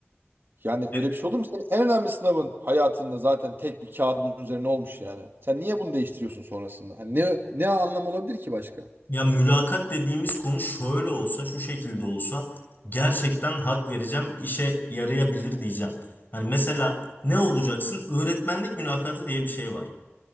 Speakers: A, on the right (about 50°); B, on the left (about 45°).
A: Yani
B: Evet.
A: öyle bir şey olur mu? Senin en önemli sınavın hayatında zaten tek bir kağıdın üzerine olmuş yani. Sen niye bunu değiştiriyorsun sonrasında? Hani ne ne anlam olabilir ki başka?
B: Ya mülakat dediğimiz konu şöyle olsa, şu şekilde olsa gerçekten hak vereceğim, işe yarayabilir diyeceğim. Hani mesela ne olacaksın? Öğretmenlik mülakatı diye bir şey var.